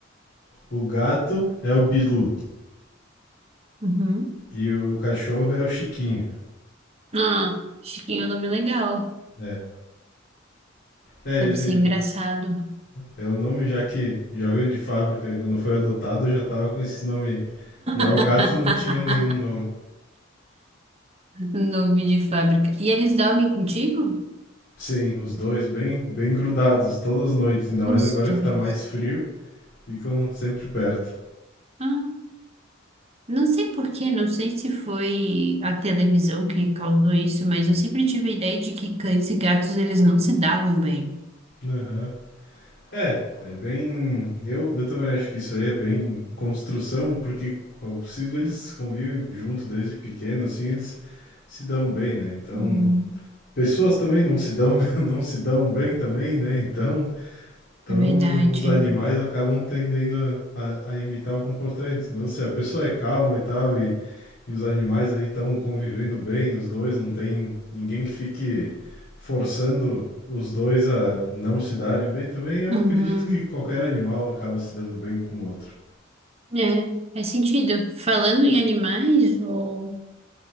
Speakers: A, on the left (about 60°); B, on the right (about 30°).
A: O gato é o Bilu
B: Uhum.
A: e o cachorro é o Chiquinho.
B: Ah, Chiquinho é um nome legal.
A: É. É,
B: Deve
A: esse
B: ser engraçado.
A: é o nome já que já veio de fábrica, né? quando foi adotado já tava com esse nome. aí. Já
B: <laughs>
A: o gato não tinha nenhum nome.
B: Nome de fábrica. E eles dormem contigo?
A: Sim, os dois bem, bem grudados todas as noites, ainda mais
B: Os
A: agora
B: dois.
A: que tá mais frio, ficam sempre perto.
B: Ah, não sei por quê, não sei se foi a televisão que causou isso, mas eu sempre tive a ideia de que cães e gatos eles não se davam bem.
A: Aham. É, é bem. Eu, eu também acho que isso aí é bem construção, porque como é possível eles convivem junto desde pequeno, assim, eles se dão bem, né? Então,
B: Hum,
A: pessoas também não se dão, <laughs> não se dão bem também, né? Então, Então,
B: é verdade.
A: os animais acabam tendendo a, a imitar o comportamento. Então, se a pessoa é calma e tal, e, e os animais aí estão convivendo bem, os dois, não tem ninguém que fique forçando os dois a não se darem bem também, eu
B: Uhum.
A: acredito que qualquer animal acaba se dando bem com o outro.
B: É, faz sentido. Falando em animais, o,